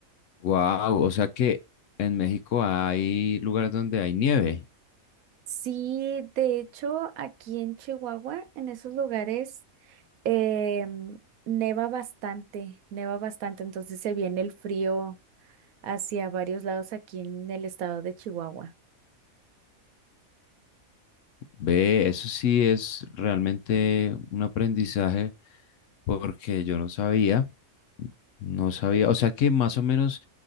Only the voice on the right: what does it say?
Sí, de hecho, aquí en Chihuahua, en esos lugares, em, neva bastante, neva bastante, entonces se viene el frío hacia varios lados aquí en el estado de Chihuahua.